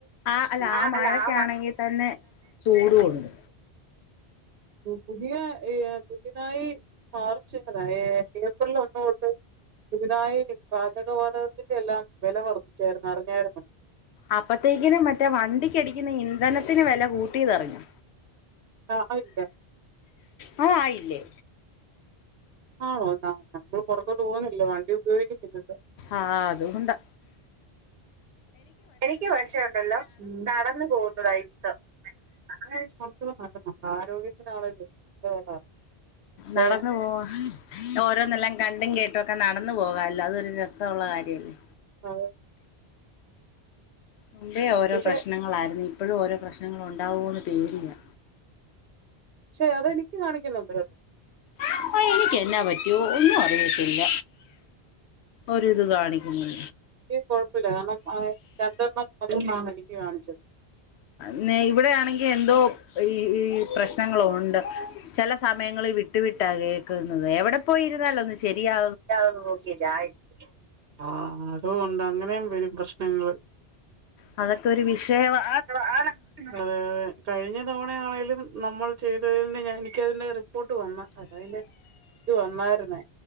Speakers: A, on the left (about 85°); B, on the right (about 60°).
A: അല്ല
B: ആ
A: ആഹ് മഴക്കാണെങ്കിൽ
B: അല്ല ആ
A: തന്നെ ചൂടുണ്ട്
B: പുതിയെ ഇ പുതിയതായി മാർച്ച് അതായെ ഏപ്രിൽ ഒന്നുതൊട്ട് പുതുതായി പാചകവാതകത്തിന്റെ എല്ലാം വെല വർദ്ധിച്ചായിരുന്നു അറിഞ്ഞായിരുന്നോ
A: അപ്പത്തേക്കിനും മറ്റേ വണ്ടിക്കടിക്കുന്ന ഇന്ധനത്തിന് വെല കൂട്ടിയതറിഞ്ഞൊ?
B: <unintelligible>
A: അത് ആയില്ലേ
B: ആണോ എന്ന നമ്മളാ പൊറത്തോട്ട് പോകുന്നില്ല വണ്ടി ഉപയോഗിക്കുന്നില്ലല്ലോ
A: ആഹ് അതുകൊണ്ടാ
B: എനിക്ക് പക്ഷേ ഉണ്ടല്ലോ നടന്നു പോകുന്നതാ ഇഷ്ടം <unintelligible> ആരോഗ്യത്തിനാണേലും <unintelligible> പക്ഷെ
A: നടന്ന് പോവാ ഓരോന്നെല്ലാം കണ്ടും കേട്ടുവൊക്കെ നടന്നു പോകാല്ലോ അതൊരു രസവുള്ള കാര്യല്ലേ
B: അതെ
A: മുമ്പേ ഓരോ
B: പക്ഷെ
A: പ്രശ്നങ്ങളായിരുന്നു ഇപ്പഴും ഓരോ പ്രശ്നങ്ങളുണ്ടാവുവോന്ന് പേടിയാ
B: പക്ഷെ അതെനിക്ക് കാണിക്കുന്നുണ്ട് കേ
A: ആ എനിക്ക് എന്നാ പറ്റിയേ ഒന്നും അറിയത്തില്ല ഒരിത് കാണിക്കുന്ന്
B: എയ് കൊഴപ്പില്ല കാരണം രണ്ടണ്ണം അത്കൊണ്ടാണെനിക്ക് കാണിച്ചത്
A: ന്നെ ഇവിടെയാണെങ്കി എന്തോ ഈ ഈ പ്രശ്നങ്ങളുണ്ട് ചെല സമയങ്ങളി വിട്ടു വിട്ടാ കേക്കുന്നത് എവിടെ പോയിരുന്നാലൊന്ന് ശരിയാ
B: <unintelligible> ആഹ് അതുകൊണ്ട് അങ്ങനെയും വെരും പ്രശ്നങ്ങള്
A: അങ്ങനത്തെ ഒരു വിഷയ വാ
B: വിഷയവാണ് അതേ അതെ കഴിഞ്ഞ തവണ ആണെലും നമ്മൾ ചെയ്തതിന് ഞ എനിക്കതിന്റെ റിപ്പോർട്ട് വന്ന് അതയ്ന്റെ ഇത് വന്നായിര്ന്നേ